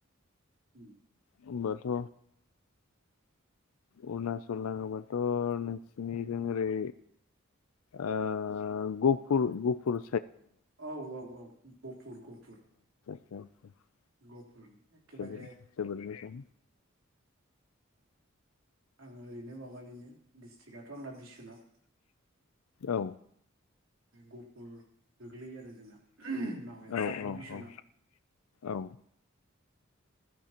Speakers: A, on the right; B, on the left.
A: उम
B: होमबाथ' अरुणाचल नाङोबाथ नोंसिनिजों ओरै ओ गुफुर गुफुर
A: औ औ औ गहपुर गहपुर
B: <unintelligible>
A: गहपुरनि एखे बारे
B: जोबोद जोबोद मोजां
A: आङो ओरैनो माबानिनो डिसट्रिकआ थ' आंना बिस्वनाथ
B: औ
A: गहपुर गोग्लैयो आरो जोंना माबाया
B: औ
A: साबडिभिसना
B: औ औ औ